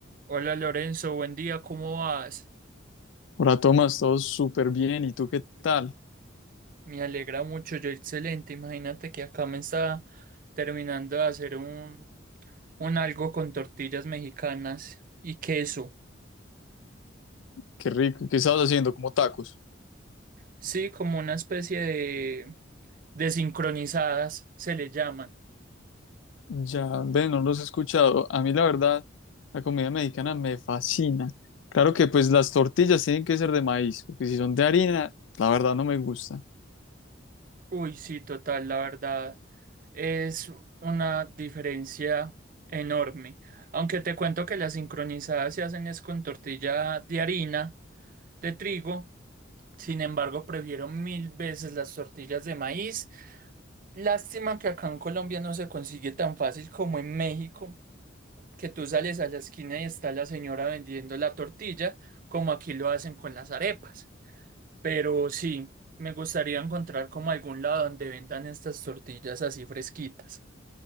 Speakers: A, on the right; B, on the left.
A: Hola Lorenzo, buen día, ¿cómo vas?
B: Hola Tomás, todo súper bien. ¿Y tú qué tal?
A: Me alegra mucho, yo excelente. Imagínate que acá me está terminando de hacer un, un algo con tortillas mexicanas y queso.
B: Qué rico. ¿Qué estabas haciendo? Como tacos.
A: Sí, como una especie de desincronizadas se le llaman.
B: Ya, ve, no los he escuchado. A mí la verdad, la comida mexicana me fascina. Claro que pues las tortillas tienen que ser de maíz, porque si son de harina, la verdad no me gustan.
A: Uy, sí, total, la verdad. Es una diferencia enorme. Aunque te cuento que las sincronizadas se hacen es con tortilla de harina, de trigo. Sin embargo, prefiero mil veces las tortillas de maíz. Lástima que acá en Colombia no se consigue tan fácil como en México, que tú sales a la esquina y está la señora vendiendo la tortilla, como aquí lo hacen con las arepas. Pero sí, me gustaría encontrar como algún lado donde vendan estas tortillas así fresquitas.